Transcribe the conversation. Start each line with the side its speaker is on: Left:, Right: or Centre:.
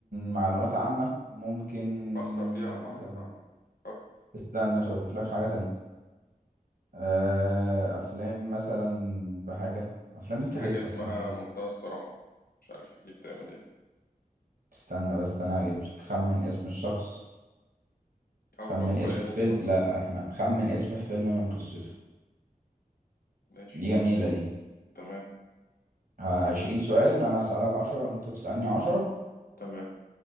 Right: معلومات عامه ممكن
Left: بخسر فيها معلومات
Right: مثلا
Left: عامة أه،
Right: استنى اشوف لك حاجه تانية أه... افلام مثلا بحاجه افلام انت
Left: في
Right: تكسب
Left: حاجة اسمها
Right: طبعا
Left: منتهى الصراحة مش عارف دي بتعمل ايه
Right: استنى بس انا هجيب لك خمن اسم الشخص
Left: أو
Right: خمن
Left: لو خيروك
Right: اسم الفيلم
Left: مثلا
Right: لا احنا خمن اسم الفيلم من قصته
Left: ماشي
Right: دي جميلة دي
Left: تمام
Right: ها، عشرين سؤال انا هسألك عشرة وانت تسألني عشرة
Left: تمام